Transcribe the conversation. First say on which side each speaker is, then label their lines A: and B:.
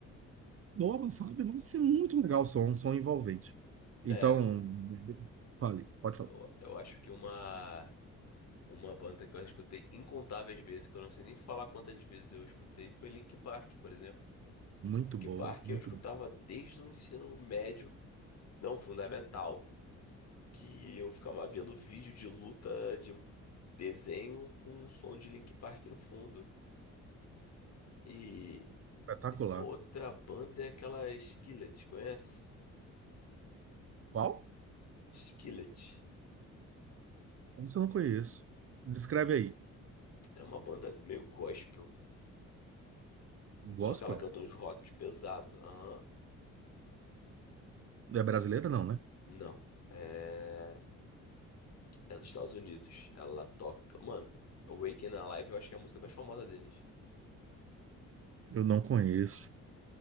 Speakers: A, on the right (about 50°); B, on the left (about 60°).
A: nova sabe? Mas assim, muito legal o som, um som envolvente. Então,
B: É, eu,
A: fale, pode falar.
B: eu, eu acho que uma uma banda que eu escutei incontáveis vezes, que eu não sei nem falar quantas vezes eu escutei, foi Linkin Park, por exemplo.
A: Muito
B: Linkin
A: boa,
B: Park
A: muito
B: eu escutava
A: boa.
B: desde o ensino médio, não, fundamental, que eu ficava vendo vídeo de luta de desenho com o som de Linkin Park no fundo. E
A: Espetacular.
B: outra banda é aquela Skillet, conhece?
A: Qual?
B: Skillet.
A: Isso eu não conheço. Descreve aí.
B: É uma banda meio gospel,
A: Gospel?
B: só que ela canta uns rock pesado. Aham.
A: É brasileira, não, né?
B: Não. É... é dos Estados Unidos. Ela toca, mano, Awaken Alive eu acho que é a música mais famosa deles.
A: Eu não conheço.